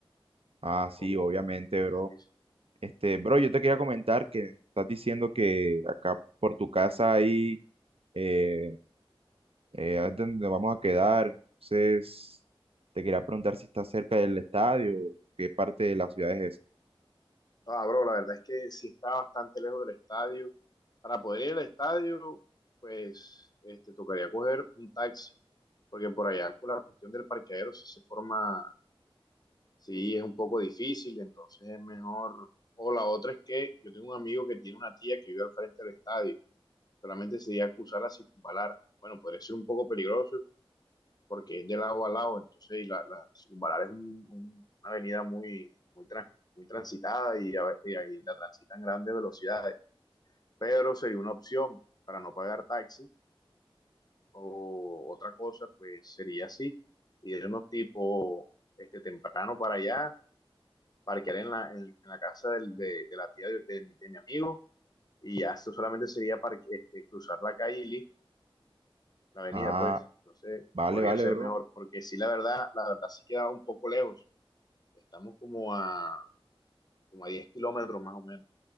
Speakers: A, on the right; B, on the left.
A: Ah, sí,
B: como,
A: obviamente,
B: como, como usted
A: bro.
B: dice.
A: Este, bro, yo te quería comentar que estás diciendo que acá por tu casa ahí eh, eh, es donde vamos a quedar. Entonces, te quería preguntar si está cerca del estadio, qué parte de la ciudad es esa.
B: Ah, bro, la verdad es que sí está bastante lejos del estadio. Para poder ir al estadio, pues, este, tocaría coger un taxi, porque por allá con la cuestión del parqueadero sí se forma Sí, es un poco difícil, entonces es mejor. O la otra es que yo tengo un amigo que tiene una tía que vive al frente del estadio, solamente se iba a cruzar a circunvalar. Bueno, podría ser un poco peligroso porque es de lado a lado, entonces y la, la circunvalar es un- un- una avenida muy, muy, trans- muy transitada y, a ve- y ahí la transitan grandes velocidades. Pero sería una opción para no pagar taxi o otra cosa, pues sería así, irnos tipo este, temprano para allá parquear en la, en, en la casa del- de, de la tía de, de mi de mi amigo y ya eso solamente sería parque- este, cruzar la calle y listo, la avenida,
A: Ah,
B: pues. Entonces,
A: vale,
B: podría
A: vale,
B: ser
A: bro.
B: mejor, porque sí, la verdad, la verdad sí queda un poco lejos. Estamos como a, como a diez kilómetros más o menos.